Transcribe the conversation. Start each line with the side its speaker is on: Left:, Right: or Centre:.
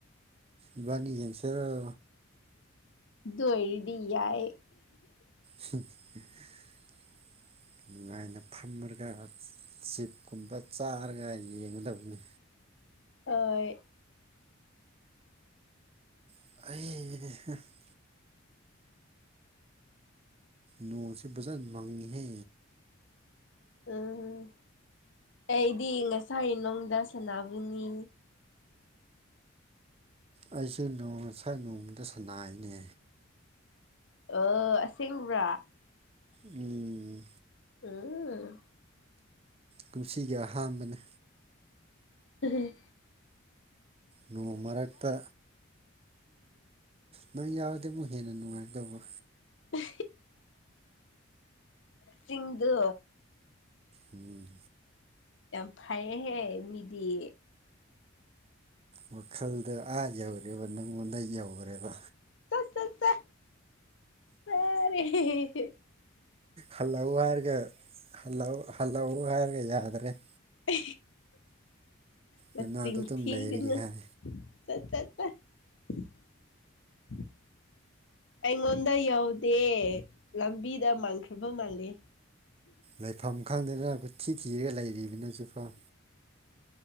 Right: ꯏꯕꯥꯅꯤꯖꯁꯔ
Left: ꯗꯣꯔꯤꯗꯤ ꯌꯥꯏ
Right: <inaudible> ꯅꯨꯡꯉꯥꯏꯅ ꯐꯝꯃꯔꯒ ꯆꯤꯞꯀꯨꯝꯕ ꯆꯥꯔꯒ ꯌꯦꯡꯒꯗꯕꯅꯤ
Left: ꯑ
Right: ꯑꯩ ꯅꯣꯡꯁꯦ ꯕꯖꯥ ꯃꯪꯉꯤꯍꯦ
Left: ꯎꯝ ꯑꯩꯗꯤ ꯉꯁꯥꯏꯅꯨꯡꯗ ꯁꯅꯥꯕꯨꯅꯤ
Right: ꯑꯩꯁꯨꯦ ꯅꯣꯡ ꯉꯁꯥꯏ ꯅꯣꯡꯃꯗ ꯁꯅꯥꯏꯅꯦ
Left: ꯑ ꯑꯁꯦꯡꯕ꯭ꯔꯥ
Right: ꯎꯝ
Left: ꯎꯝ
Right: ꯀꯨꯝꯁꯤꯒꯤ ꯑꯍꯥꯟꯕꯅꯤ
Left: ꯎꯝ
Right: ꯅꯣꯡ ꯃꯔꯛꯇ ꯅꯪ ꯌꯥꯔꯗꯤ ꯑꯃꯨꯛ ꯍꯦꯟꯅ ꯅꯨꯡꯉꯥꯏꯒꯗꯧꯕ
Left: ꯎ ꯃꯤꯡꯗꯨ
Right: ꯎꯝ
Left: ꯌꯥꯝ ꯐꯩꯌꯦꯍꯦ ꯃꯤꯗꯤ꯫
Right: ꯋꯥꯈꯜꯗ ꯑꯥ ꯌꯧꯔꯦꯕ ꯅꯪꯉꯣꯟꯗ ꯌꯧꯒꯔꯦꯕ꯫
Left: ꯆꯠ ꯆ ꯆ ꯐ ꯔꯦ ꯍꯦ ꯍꯦ
Right: ꯍꯜꯂꯧ ꯍꯥꯏꯔꯒ ꯍꯜꯂꯧ ꯍꯜꯂꯧ ꯍꯥꯏꯔꯒ ꯌꯥꯗ꯭ꯔꯦ꯫
Left: ꯍꯥ ꯅꯆꯤꯡ
Right: ꯅꯅꯥꯛꯇ ꯑꯗꯨꯝ
Left: ꯊꯤꯒꯅꯨ꯫
Right: ꯂꯩꯔꯒꯦ ꯍꯥꯏ
Left: ꯆꯠ ꯆꯠ ꯆ ꯑꯩꯉꯣꯟ ꯉꯣꯟꯗ ꯌꯥꯎꯗꯦ ꯂꯝꯕꯤꯗ ꯃꯥꯟꯈ꯭ꯔꯕ ꯃꯥꯂꯦ꯫
Right: ꯂꯩꯐꯝ ꯈꯪꯗꯅ ꯀꯣꯌꯊꯤ ꯊꯤꯔꯒ ꯂꯩꯔꯤꯕꯅꯤ ꯍꯧꯖꯤꯐꯥꯎ꯫